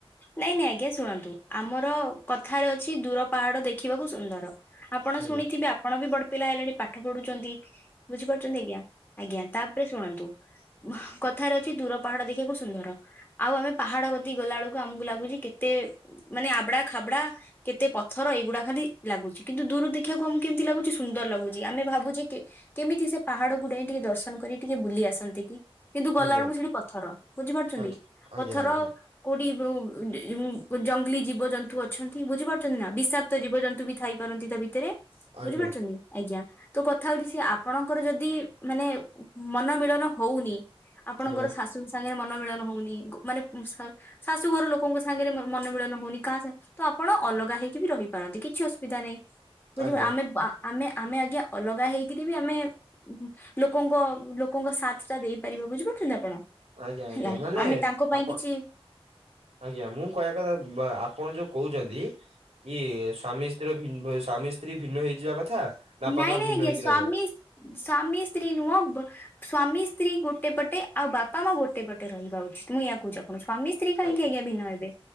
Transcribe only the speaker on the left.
ନାଇଁ ନାଇଁ ଆଜ୍ଞା ଶୁଣନ୍ତୁ ଆମର କଥାରେ ଅଛି ଦୂର ପାହାଡ ଦେଖିବାକୁ ସୁନ୍ଦର। ଆପଣ
ଶୁଣିଥିବେ ଆପଣ ବି ବଡପିଲା ହେଲେଣି ପାଠ ପଢୁଚନ୍ତି। ବୁଝିପାରୁଚନ୍ତି ଆଜ୍ଞା, ଆଜ୍ଞା ତା ପରେ ଶୁଣନ୍ତୁ କଥାରେ ଅଛି ଦୂର ପାହାଡ ଦେଖିବାକୁ ସୁନ୍ଦର ଆଉ ଆମେ ପାହାଡ କତିକି ଗଲାବେଳୁକୁ ଆମକୁ ଲାଗୁଛି କେତେ ମାନେ ଆବ୍‌ଡା ଖାବ୍‌ଡା। କେତେ ପଥର ଏଇଗୁଡା ଖାଲି ଲାଗୁଛି କିନ୍ତୁ ଦୂର ଦେଖିଆକୁ ଆମକୁ କେମିତି ଲାଗୁଛି ସୁନ୍ଦର ଲାଗୁଛି ଆମେ ଭାବୁଛେ କି କେମିତି ସେ ପାହାଡକୁୁ ଡେଇଁକି ଟିକେ ଦର୍ଶନ କରି ଟିକେ ବୁଲି ଆସନ୍ତି କି? କିନ୍ତୁ ଗଲା
ବେଳୁକୁ ସେଠି ପଥର ବୁଝିପାରୁଛନ୍ତି
ପଥର
କୋଉଠି ଯୋଉ <inaudible> ଜଙ୍ଗଲୀ ଜୀବଜନ୍ତୁ ଅଛନ୍ତି ବୁଝିପାରୁଛନ୍ତି ନା ବିଷା ତ ଜୀବଜନ୍ତୁ ବି ଥାଇ ପାରନ୍ତି ତା ଭିତରେ
ବୁଝିପାରୁଛନ୍ତି? ଆଜ୍ଞା ତୋ କଥା ହଉଛି ସେ ଆପଣଙ୍କର ଯଦି ମାନେ ମନମିଳନ ହଉନି ଆପଣଙ୍କର
ଶାଶୁଙ୍କ ସାଙ୍ଗରେ ମନ ମିିଳନ ହଉନି ଗ ମାନେ ଶା ଶାଶୁ ଘର ଲୋକଙ୍କ ସାଙ୍ଗରେ ମୋର ମନ ମିଳନ ହଉନି କାହା ସାଙ୍ଗ ତ ଆପଣ ଅଲଗା ହେଇକି ବି ରହିିପାରନ୍ତି କିଛି ଅସୁବିଧା ନାହିଁ ବୁଝିପା
ଆମେ ଆ ଆମେ ଆମେ ଆଜ୍ଞା ଅଲଗା ହେଇକିରି ବି ଆମେ ଉଁ ଲୋକଙ୍କ ଲୋକଙ୍କ ସାଥ୍ ଟା ଦେଇପାରିବେ ବୁଝିପାରୁଛନ୍ତି ଆପଣ?
ହେଲା
ଆମେ ତାଙ୍କ
ପାଇଁ କିଛି
ନାଇଁ
ନାଇଁ
ଆଜ୍ଞା
ସ୍ଵାମୀ
ସ୍ଵାମୀ ସ୍ତ୍ରୀ ନୁହଁ ସ୍ଵାମୀ ସ୍ତ୍ରୀ ଗୋଟେ ପଟେ ଆଉ ବାପା ମା ଗୋଟେ ପଟେ ରହିବା ଉଚିତ ମୁଁ ଏୟା କହୁଛି ଆପଣଙ୍କୁ ସ୍ଵାମୀ ସ୍ତ୍ରୀ ସ୍ତ୍ରୀ କାହିଁକି
ଆଜ୍ଞା ଭିନ୍ନ ହେବେ